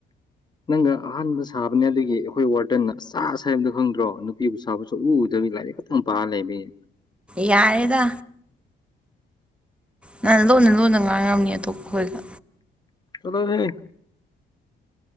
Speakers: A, on the left; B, in the centre.
A: ꯅꯪꯒ ꯑꯍꯥꯟꯕ ꯁꯥꯕꯅꯦ ꯑꯗꯨꯒꯤ ꯑꯩꯈꯣꯏ ꯋꯥꯔꯗꯦꯟꯅ ꯁꯥꯁ ꯍꯥꯏꯕꯗꯣ ꯈꯪꯗ꯭ꯔꯣ ꯅꯨꯄꯤꯕꯨ ꯁꯥꯕ ꯁꯨꯛꯎ ꯎꯗꯕꯤ ꯂꯥꯏꯔꯤꯛ ꯗꯨꯝ ꯄꯥꯔ ꯂꯩꯕꯩ
B: ꯌꯥꯔꯦꯗꯥ ꯅꯪꯅ ꯂꯣꯟꯅ ꯂꯣꯟꯅ ꯉꯥꯡꯉꯝꯅꯤ ꯑꯇꯣꯞꯄꯈꯣꯏꯒ
A: ꯆꯠꯂꯣꯍꯦ